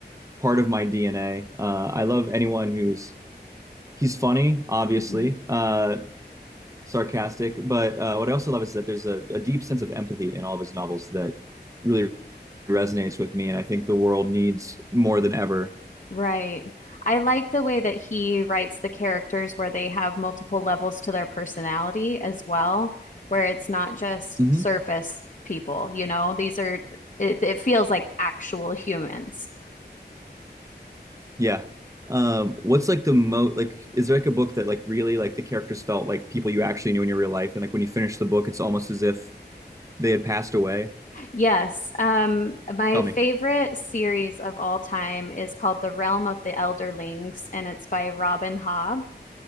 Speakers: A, on the right (about 20°); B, on the left (about 45°).
A: part of my DNA. Uh, I love anyone who's he's funny, obviously,
B: Mhm.
A: uh, sarcastic, but uh, what I also love is that there's a, a deep sense of empathy in all of his novels that really resonates with me, and I think the world needs more than ever.
B: Right. I like the way that he writes the characters where they have multiple levels to their personality as well, where it's not just
A: Mhm.
B: surface people, you know, these are, it, it feels like actual humans.
A: Yeah. Um, what's like the most like is there like a book that like really like the characters felt like people you actually knew in your real life and like when you finish the book it's almost as if they had passed away?
B: Yes. Um, my
A: Tell
B: favorite
A: me.
B: series of all time is called The Realm of the Elderlings, and it's by Robin Hobb.